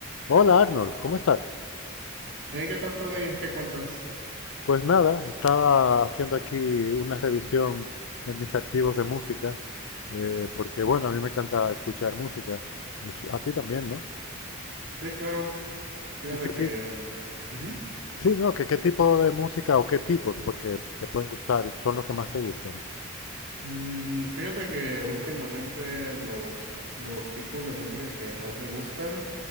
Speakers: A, on the left (about 75°); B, on the right (about 55°).
A: Hola Arnold, ¿cómo estás?
B: Hey, ¿qué tal, Tony? ¿Qué cuentas?
A: Pues nada, estaba haciendo aquí una revisión en mis archivos de música, eh, porque bueno, a mí me encanta escuchar música. Es- A ti también, ¿no?
B: Sí, claro. Fíjate
A: ¿Y qué tipo?
B: que, mm, ujú.
A: Sí, no, que qué tipo de música o qué tipos, porque te pueden gustar, son los que más te gustan.
B: Mm, fíjate que últimamente los, los tipos de música que más me gustan